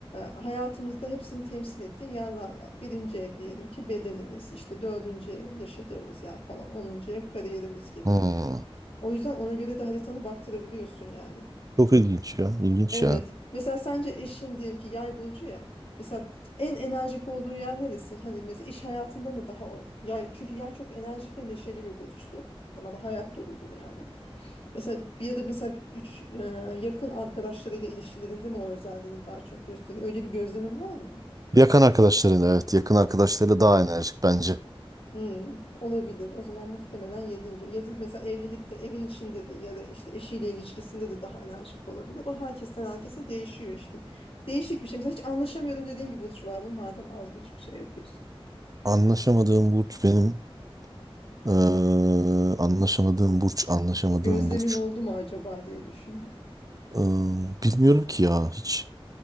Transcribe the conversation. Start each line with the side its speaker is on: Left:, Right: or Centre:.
Left: hayatımızda hepsini temsil ettiği yerler var. Birinci ev diyelim ki bedenimiz, işte dördüncü ev yaşadığımız yer falan, onuncu ev kariyerimiz gibi.
Right: Hmm.
Left: O yüzden ona göre de haritanı baktırabiliyorsun yani.
Right: Çok ilginç ya. İlginç
Left: Evet.
Right: ya.
Left: Mesela sence eşin diyelim ki yay burcu ya. Mesela en enerjik olduğu yer neresi? Hani mesela iş hayatında mı daha o yay? Çünkü yay çok enerjik ve neşeli bir burçtur. Ama da hayat doludur yani. Mesela bir de mesela üç e, yakın arkadaşlarıyla ilişkilerinde mi o özelliğini daha çok gösteriyor? Öyle bir gözlemin var mı?
Right: Yakın arkadaşlarıyla evet. Yakın arkadaşlarıyla daha enerjik bence.
Left: Hmm, olabilir. O zaman muhtemelen yedinci. Ya da mesela evlilikte, evin içinde de ya da işte eşiyle ilişkisinde de daha enerjik olabilir. O herkesten herkese değişiyor işte. Değişik bir şey. Mesela hiç anlaşamıyorum dediğin bir burç var mı? Madem az buçuk şey yapıyorsun.
Right: Anlaşamadığım burç benim Ee, anlaşamadığım burç, anlaşamadığım
Left: Gözlemin
Right: burç.
Left: oldu mu acaba diye düşündüm.
Right: Ee, bilmiyorum ki ya hiç.